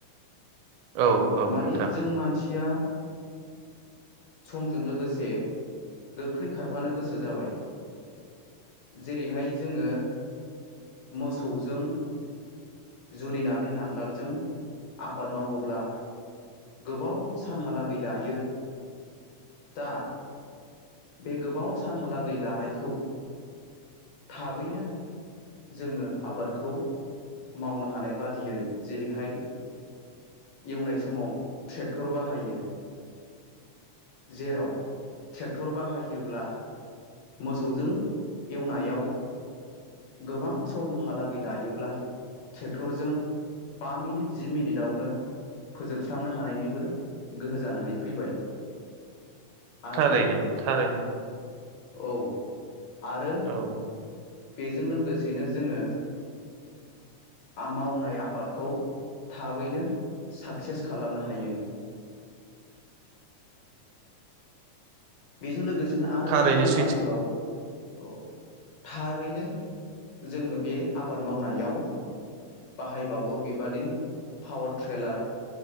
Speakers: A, on the right; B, on the left.
A: औ औ
B: मानि
A: नोंथां
B: जों मानसिया समजों लोगोसे से गोख्रै खारफानो गोसो जाबाय जेरैहाय जोङो मोसौजों जुरिनानै नांगोलजों आबाद मावोब्ला गोबाव सानहालागै लायो दा बे गोबाव सानहालागै लानायखौ थाबैनो जोङो आबादखौ मावनो हानाय बादियै जेरैहाय एवनाय समाव ट्रेक्टर बाहायो जेराव ट्रेक्टर बाहायोब्ला मोसौजों एवनायाव गोबां समहालागै लायोब्ला ट्रेक्टरजों बा मिनिट जि मिनिटावनो फोजोबस्रांनो हानायनिबो गोहो जानानै फैबाय आरो
A: थारैनो थारैनो
B: औ आरो
A: औ
B: बेजों लोगोसेनो जोङो आमावनाय आबादखौ थाबैनो साक्सेस खालामनो हायो बेजों लोगोस दिनो आरोबाव
A: थारैनो
B: जोङो
A: सैथो
B: बाहायबावो औ थारैनो जोङो बे आबाद मावनायाव बाहायबावो बेबादिनो पावार ट्रेलार